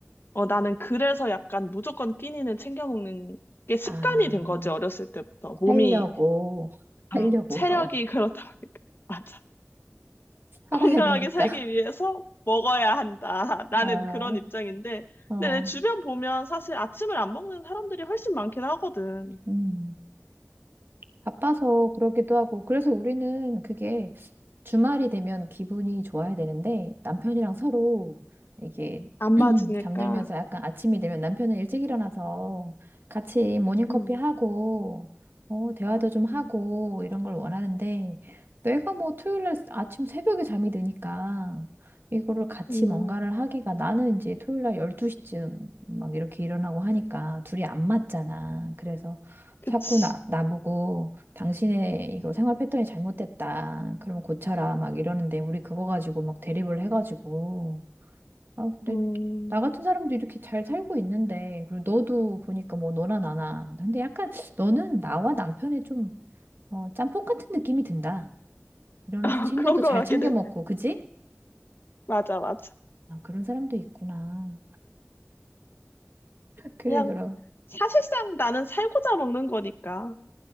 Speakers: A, on the left; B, on the right.
A: 어 나는 그래서 약간 무조건 끼니는 챙겨 먹는 게 습관이
B: 아,
A: 된 거지 어렸을 때부터 몸이
B: 살려고, <laughs> 살려고
A: 어, 체력이
B: 너.
A: 그렇다 보니까 <laughs> 맞아.
B: 살아야
A: 건강하게
B: 되니까.
A: 살기 위해서 먹어야 한다. 나는
B: 아,
A: 그런 입장인데,
B: 어,
A: 근데 내 주변 보면 사실 아침을 안 먹는 사람들이 훨씬 많긴 하거든.
B: 음. 바빠서 그러기도 하고. 그래서 우리는 그게 주말이 되면 기분이 좋아야 되는데 남편이랑 서로 이게
A: 안
B: <clears throat>
A: 맞으니까.
B: 잠들면서 약간 아침이 되면 남편은 일찍 일어나서 같이 모닝커피
A: 음,
B: 하고 어, 대화도 좀 하고 이런 걸 원하는데 내가 뭐 토요일 날 아침 새벽에 잠이 드니까 이거를 같이
A: 음,
B: 뭔가를
A: 음.
B: 하기가 나는 이제 토요일 날 12시쯤 막 이렇게 일어나고 하니까 둘이 안 맞잖아. 그래서
A: 그치.
B: 자꾸 나, 나보고 당신의 이거 생활 패턴이 잘못됐다. 그러면 고쳐라. 막 이러는데, 우리 그거 가지고 막 대립을 해가지고. 아, 근데
A: 음,
B: 나 같은 사람도 이렇게 잘 살고 있는데, 그리고 너도 보니까 뭐 너나 나나. 근데 약간 너는 나와 남편의 좀, 어, 짬뽕 같은 느낌이 든다. 일어나서
A: <laughs>
B: 챙겨도
A: 그런 거
B: 잘
A: 같긴
B: 챙겨
A: 해.
B: 먹고, 그지?
A: 맞아, 맞아.
B: 아, 그런 사람도 있구나. 그래,
A: 그냥
B: 그럼.
A: 사실상 나는 살고자 먹는 거니까.